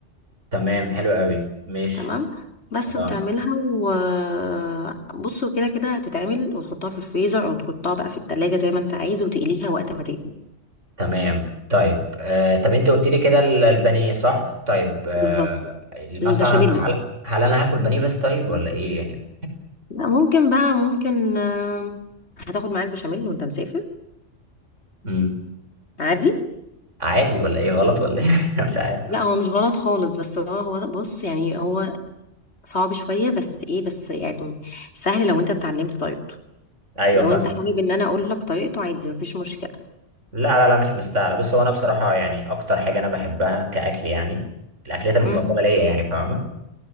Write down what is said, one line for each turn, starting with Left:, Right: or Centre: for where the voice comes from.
Right: تمام حلو قوي مش
Left: تمام بس
Right: اه
Left: وتعملها وبصوا كده كده هتتعمل وتحطها في الفريزر او تحطها بقى في التلاجة زي ما انت عايز وتقليها وقت ما تقلي
Right: تمام طيب آه طب انت قلت لي كده ال- البانيه صح؟ طيب آه
Left: بالظبط
Right: مثلا
Left: البشاميل بقى
Right: هل هل انا هاكل بانيه بس طيب ولا ايه يعني؟
Left: لا ممكن بقى ممكن آه، هتاخد معاك بشاميل وانت مسافر
Right: امم
Left: عادي
Right: عادي ولا ايه غلط ولا ايه؟ <laughs> مش عارف
Left: لا هو مش غلط خالص بس هو هو بص يعني هو صعب شوية بس ايه بس يعني سهل لو انت اتعلمت طريقته
Right: ايوه
Left: لو
Right: فاهم
Left: انت حابب ان انا اقول لك طريقته عادي مفيش مشكلة
Right: لا لا لا مش مستاهله بص هو انا بصراحه يعني اكتر حاجه انا بحبها كاكل يعني الاكلات المفضله
Left: امم
Right: ليا يعني فاهمه